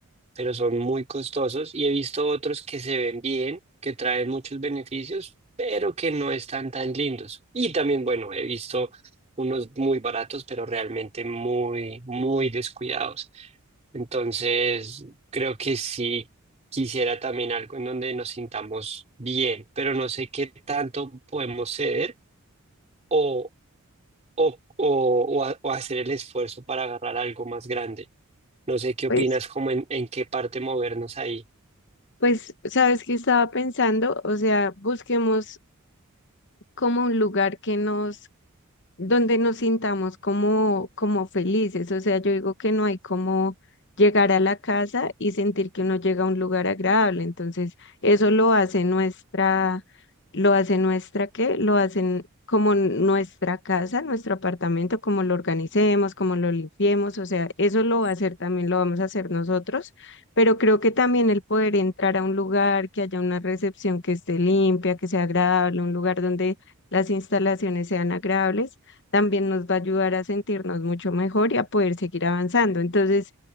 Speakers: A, on the right (about 30°); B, on the left (about 55°).
A: pero son muy costosos y he visto otros que se ven bien, que traen muchos beneficios, pero que no están tan lindos. Y también, bueno, he visto unos muy baratos, pero realmente muy, muy descuidados. Entonces, creo que sí quisiera también algo en donde nos sintamos bien, pero no sé qué tanto podemos ceder o, o, o, o ha- o hacer el esfuerzo para agarrar algo más grande. No sé qué opinas,
B: Pues,
A: como en, en qué parte movernos ahí.
B: pues, ¿sabes qué estaba pensando? O sea, busquemos como un lugar que nos donde nos sintamos como, como felices. O sea, yo digo que no hay como llegar a la casa y sentir que uno llega a un lugar agradable. Entonces, eso lo hace nuestra, lo hace nuestra, ¿qué? Lo hacen como nuestra casa, nuestro apartamento, como lo organicemos, como lo limpiemos. O sea, eso lo va a hacer también, lo vamos a hacer nosotros. Pero creo que también el poder entrar a un lugar, que haya una recepción que esté limpia, que sea agradable, un lugar donde las instalaciones sean agradables también nos va a ayudar a sentirnos mucho mejor y a poder seguir avanzando. Entonces,